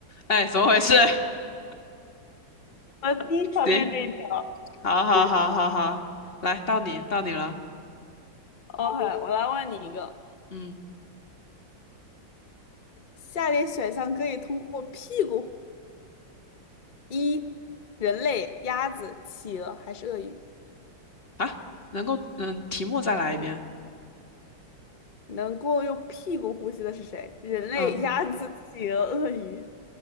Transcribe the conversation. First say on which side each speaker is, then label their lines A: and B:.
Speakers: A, on the left; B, on the left.
A: 哎，怎么回事？<laughs>
B: 我的第一条就是这一条。
A: 行，好好好好好，
B: <laughs>
A: 来，到你到你了。
B: OK，我来问你一个：
A: 嗯
B: 下列选项可以通过屁股：一、人类、鸭子、企鹅还是鳄鱼？
A: 啊，能够嗯，题目再来一遍。
B: 能够用屁股呼吸的是谁？人类、
A: 嗯。
B: 鸭子、企鹅、鳄鱼。